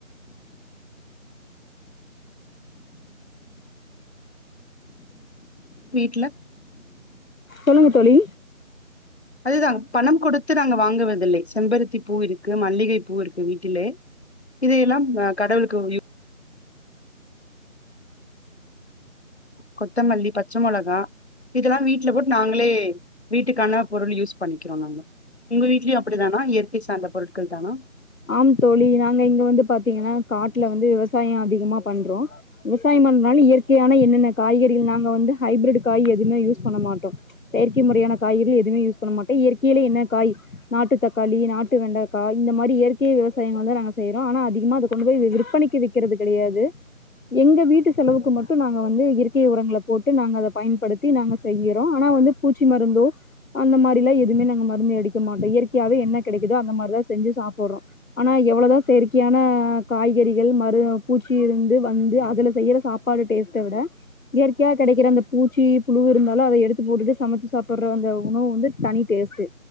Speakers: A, on the left (about 50°); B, on the left (about 75°).
A: வீட்டு்ல
B: சொல்லுங்க தோழி
A: அதுதான் பணம் கொடுத்து நாங்க வாங்குவதில்லை செம்பருத்தி பூ இருக்கு மல்லிகை பூ இருக்கு வீட்டிலே இதையெல்லாம் ஹ் கடவுளுக்கு கொத்தமல்லி பச்சை மிளகா இதெல்லாம் வீட்டுல போட்டு நாங்களே வீட்டுக்கான பொருள் யூஸ் பண்ணிக்கிறோம் நாங்க உங்க வீட்லயும் அப்படித்தானா இயற்கை சார்ந்த பொருட்கள் தானா
B: ஆம் தோழி நாங்க இங்க வந்து பாத்தீங்கன்னா காட்டுல வந்து விவசாயம் அதிகமா பண்றோம் விவசாயம் பண்றதுனால இயற்கையான என்னென்ன காய்கறிகள் நாங்க வந்து ஹைப்ரைட் காய் எதுவுமே யூஸ் பண்ண மாட்டோம் செயற்கை முறையான காய்கறிகள் எதுவுமே யூஸ் பண்ண மாட்டோம் இயற்கையில என்ன காய் நாட்டு தக்காளி நாட்டு வெண்டைக்காய் இந்த மாதிரி இயற்கை விவசாயங்கள் தான் நாங்க செய்யறோம் ஆனா அதிகமா அதை கொண்டு போய் விற்பனைக்கு விக்கிறது கிடையாது எங்க வீட்டு செலவுக்கு மட்டும் நாங்கள் வந்து இயற்கை உரங்களை போட்டு நாங்க அத பயன்படுத்தி நாங்க செய்யிறோம் ஆனா வந்து பூச்சி மருந்தோ அந்த மாரிலாம் எதுவுமே நாங்க மருந்து அடிக்க மாட்டோம் இயற்கையாவே என்ன கிடைக்குதோ அந்த மாதிரிதான் செஞ்சு சாப்பிட்றோம் ஆனா எவ்வளவுதான் செயற்கையான காய்கறிகள் மறு பூச்சி இருந்து வந்து அதுல செய்யற சாப்பாடு டேஸ்ட்டை விட இயற்கையா கிடைக்கிற அந்த பூச்சி புழு இருந்தாலும் அதை எடுத்து போட்டுட்டு சமைச்சு சாப்பிடுற அந்த உணவு வந்து தனி டேஸ்ட்டு